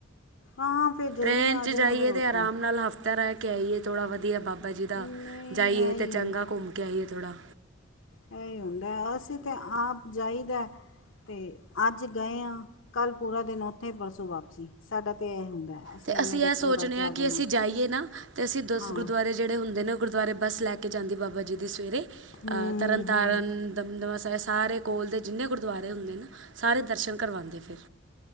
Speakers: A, on the left; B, on the right.
A: ਹਾਂ ਫੇਿਰ ਜਲਦੀ
B: ਟ੍ਰੇਨ 'ਚ
A: ਆ ਜਾਣਾ
B: ਜਾਈਏ
A: ਫਿਰ
B: ਅਤੇ
A: ਰਕੀ
B: ਆਰਾਮ ਨਾਲ ਹਫ਼ਤਾ ਰਹਿ ਕੇ ਆਈ ੋੜਾ ਵਧੀਆ ਬੱਬ ਬਾਬਾ ਜੀ ਦਾ,
A: ਨਹੀਂ
B: ਜਾਈਏ
A: ਇਹ
B: ਤੇ
A: ਹੀ
B: ਚੰਗਾ ਘੁੰਮ ਕੇ ਆਈਏ ਥੋੜ੍ਹਾ।
A: ਏਹ ਈ ਹੁੰਦਾ, ਅਸੀਂ ਤੇ ਆਪ ਜਾਈ ਦਾ ਏ ਤੇ ਅੱਜ ਗਏ ਆ, ਕੱਲ੍ਹ ਪੂਰਾ ਦਿਨ ਉੱਥੇ, ਪਰਸੋਂ ਵਾਪਸੀ, ਸਾਡਾ ਤੇ ਏਹ ਹੁੰਦਾ। ਹੈ।
B: ਤੇ ਅਸੀਂ
A: ਐਵੇਂ ਦਰਸ਼ਨ
B: ਏਹ ਸੋਚਣੇ
A: ਕਰਕੇ
B: ਆ
A: ਜਾਂਦੇ
B: ਕਿ ਅਸੀਂ
A: ਹਾਂ
B: ਜਾਈਏ ਨਾ, ਤੇ ਅਸੀਂ ਦਸ ਗੁਰਦੁਆਰੇ
A: ਹਾਂ
B: ਜਿਹੜੇ ਹੁੰਦੇ ਨੇ, ਉਹ ਗੁਰਦੁਆਰੇ ਬੱਸ ਲੈ ਕੇ ਜਾਂਦੀ ਬਾਬਾ ਜੀ ਦੀ ਸਵੇਰੇ,
A: ਹੂੰ
B: ਅਹ
A: ਹੂੰ
B: ਤਰਨ
A: ਹੂੰ
B: ਤਾਰਨ, ਦਮਦਮਾ ਸ ਸਾਰੇ ਕੋਲ ਦੇ ਜਿੰਨੇ ਗੁਰਦੁਆਰੇ ਹੁੰਦੇ ਨਾ, ਸਾਰੇ ਦਰਸ਼ਨ ਕਰਵਾਂਦੇ ਫੇਰ।